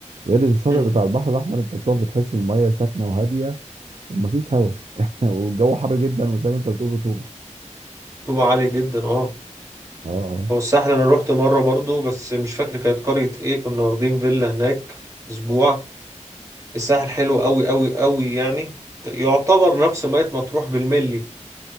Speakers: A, on the right; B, on the right.
A: غير الشاطئ
B: مم.
A: بتاع البحر الاحمر انت بتقعد بتحس الميه ساكنه وهاديه ومفيش هواء <laughs> والجو حر جدا وزي ما انت بتقول رطوبه
B: رطوبة عالية جدا اه
A: اه اه
B: هو الساحل انا روحت مرة برضو بس مش فاكر كانت قرية ايه كنا واخدين فيلا هناك اسبوع الساحل حلو قوي قوي قوي يعني يعتبر نفس مية مطروح بالملي